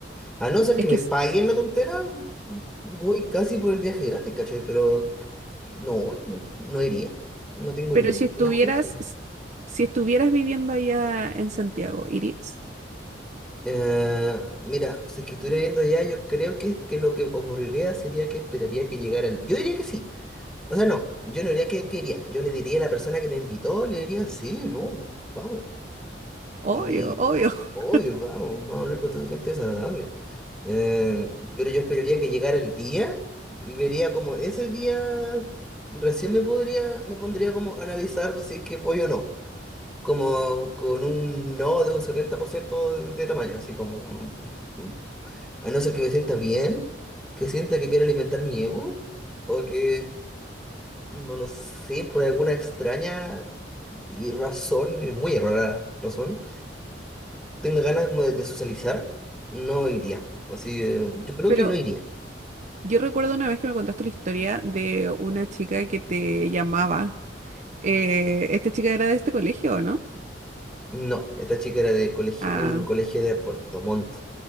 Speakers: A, in the centre; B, on the right (about 45°).
A: A no ser
B: Es
A: que
B: que,
A: me
B: s-
A: paguen la tontera, voy casi por el viaje gratis, ¿cachai? Pero no, no, no iría. No tengo
B: pero
A: ninguna
B: si estuvieras,
A: motivación.
B: s- si estuvieras viviendo allá en Santiago, ¿irías?
A: Eh, mira, si es que estuviera viendo ya, yo creo que, que lo que ocurriría sería que esperaría que llegara el... Yo diría que sí. O sea, no, yo no diría que, que iría. Yo le diría a la persona que me invitó, le diría, sí, no, vamos.
B: Obvio,
A: Y
B: obvio.
A: es
B: <laughs>
A: obvio, vamos, vamos a hablar con toda esa gente desagradable. Eh, pero yo esperaría que llegara el día y vería como ese día recién me podría, me pondría como a analizar si es que voy o no. Como con un no de un 70% de de tamaño, así como mm, mm, a no ser que me sienta bien, que sienta que quiere alimentar mi ego, o que no lo sé, por alguna extraña y razón, y muy errada razón tenga ganas como de, de socializar, no iría. O sea, yo creo
B: Pero
A: que no iría.
B: yo recuerdo una vez que me contaste la historia de una chica que te llamaba. Eh, esta chica era de este colegio, ¿o ¿no?
A: No, esta chica era de colegio,
B: Ah,
A: un colegio de Puerto Montt.